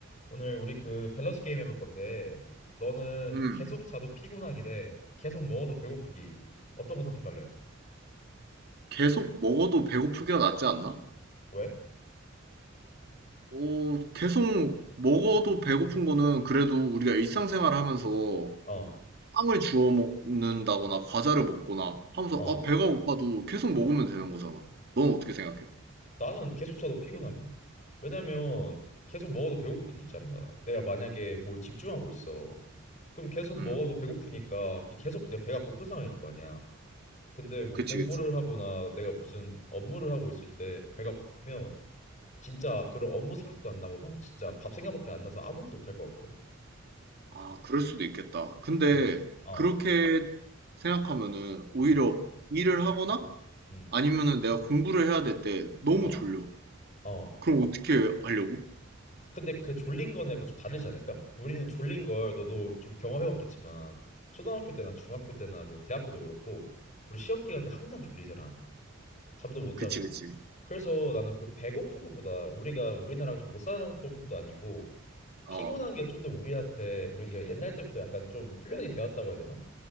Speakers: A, on the left; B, on the right.
A: 오늘 우리 그 밸런스 게임 해볼 건데 너는
B: 음.
A: 계속 자도 피곤하기 대 계속 먹어도 배고프기 어떤 거 선택할래?
B: 계속 먹어도 배고프기가 낫지 않나?
A: 왜?
B: 어 계속 먹어도 배고픈 거는 그래도 우리가 일상생활 하면서
A: 어,
B: 빵을 주워 먹는다거나 과자를 먹거나 하면서
A: 어.
B: 아 배가 음. 고파도 계속 먹으면 되는 거잖아. 넌 어떻게 생각해?
A: 나는 계속 자도 피곤하기. 왜냐면 계속 먹어도 배고프긴 있잖아. 내가 만약에 뭘 집중하고 있어. 그럼 계속
B: 음.
A: 먹어도 배고프니까 계속 그냥 배가 고픈 상황일 거 아니야. 근데 뭐
B: 그치,
A: 공부를
B: 그치.
A: 하거나 내가 무슨 업무를 하고 있을 때 배가 고프면 진짜 그런 업무 생각도 안 나고 난 진짜 밥 생각밖에 안 나서 아무것도 못할 것 같거든.
B: 아 그럴 수도 있겠다. 근데
A: 음. 어.
B: 그렇게 생각하면은 오히려
A: 음,
B: 일을 하거나
A: 음,
B: 아니면은 내가 공부를 해야 될 때 너무
A: 어,
B: 졸려.
A: 어.
B: 그럼 어떻게 하려고?
A: 근데 그 졸린 거는 약간 좀 다르지 않을까? 우리는 졸린 걸 너도 좀 경험해봤겠지만 초등학교 때나 중학교 때나 뭐 대학교도 그렇고 우리 시험 기간 때 항상 졸리잖아. 잠도 못
B: 그치,
A: 자고.
B: 그치.
A: 그래서 나는 그 배고픈 것보다 우리가 우리나라가 좀 못 살았던 것도 아니고 피곤한
B: 어.
A: 게 좀 더 우리한테 우리가 옛날 때부터 약간 좀 훈련이 되었다고 해야 되나?